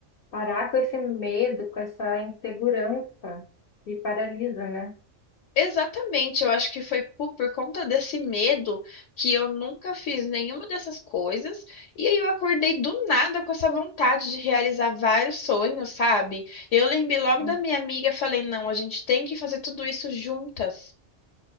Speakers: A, on the left; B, on the left.
A: Parar com esse medo, com essa insegurança que paralisa, né?
B: Exatamente, eu acho que foi por, por conta desse medo que eu nunca fiz nenhuma dessas coisas. E aí eu acordei do nada com essa vontade de realizar vários sonhos, sabe? Eu lembrei logo
A: Hum.
B: da minha amiga, falei, não, a gente tem que fazer tudo isso juntas.